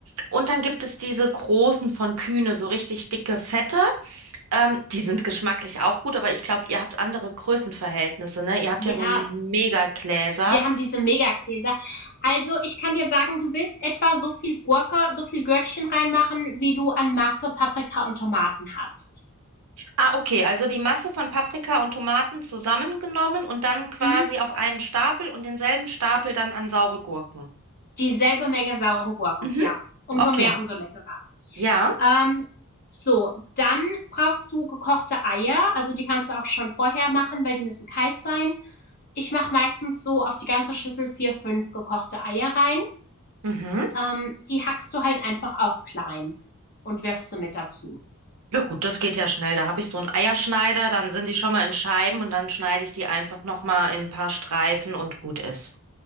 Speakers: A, on the right; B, on the left.
A: Und dann gibt es diese großen von Kühne, so richtig dicke, fette. Ähm, die sind geschmacklich auch gut, aber ich glaube, ihr habt andere Größenverhältnisse, ne? Ihr habt ja
B: Ja,
A: so Megagläser.
B: wir haben diese Megagläser. Also ich kann dir sagen, du willst etwa so viel Gurke, so viel Gürkchen reinmachen, wie du an Masse Paprika und Tomaten hast.
A: Ah, okay, also die Masse von Paprika und Tomaten zusammengenommen und dann quasi
B: Mhm.
A: auf einen Stapel und denselben Stapel dann an saure Gurken.
B: Dieselbe Menge saure Gurken,
A: Mhm,
B: ja. Umso
A: okay,
B: mehr, umso leckerer.
A: ja.
B: Ähm, so, dann brauchst du gekochte Eier. Also die kannst du auch schon vorher machen, weil die müssen kalt sein. Ich mache meistens so auf die ganze Schüssel vier, fünf gekochte Eier rein.
A: Mhm.
B: Ähm, die hackst du halt einfach auch klein und wirfst sie mit dazu.
A: Ja gut, das geht ja schnell. Da habe ich so einen Eierschneider, dann sind die schon mal in Scheiben und dann schneide ich die einfach nochmal in ein paar Streifen und gut ist.